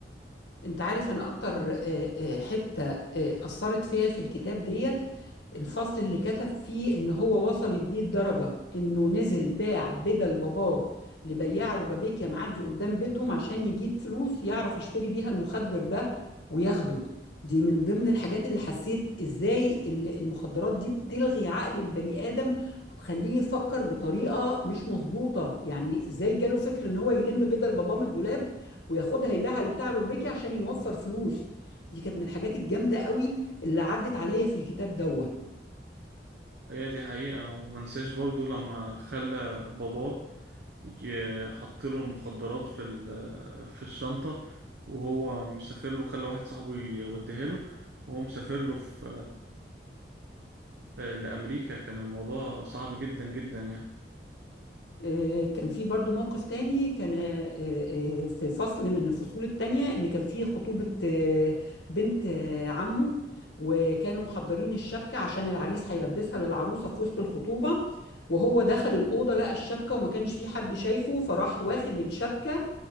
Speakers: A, on the left; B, on the right.
A: انت عارف انا اكتر آه، آه، حتة آه، اثرت فيا في الكتاب ديت الفصل اللي كتب فيه ان هو وصلت بيه الدرجة انه نزل باع بدل باباه لبياع ربابيكيا معدي قدام بيتهم عشان يجيب فلوس يعرف يشتري بيها المخدر ده وياخده دي من ضمن الحاجات اللي حسيت ازاي ال- المخدرات دي بتلغي عقل البني ادم وتخليه يفكر بطريقة مش مظبوطة يعني ازاي جاله فكر ان هو يلم بدل باباه من الدولاب وياخدها يبيعها لبتاع روبيكي عشان يوفر فلوس دي كانت من الحاجات الجامده قوي اللي عدت عليا في الكتاب دوه
B: هي دي حقيقة ومنساش برضو لما خلى باباه يجي حطله المخدرات في ال- في الشنطة وهو مسافر له خلى واحد صاحبه يوديها له وهو مسافر له في في- لأمريكا كان الموضوع صعب جدا جدا يعني
A: آه، كان في برضو موقف تاني كان آه، آه، في فصل من الفصول التانية ان كان في خطوبة آه، بنت آه، عمه وكانوا محضرين الشبكة عشان العريس هيلبسها للعروسة في وسط الخطوبة وهو دخل الأوضة لقى الشبكة وما كانش في حد شايفه فراح واخد الشبكة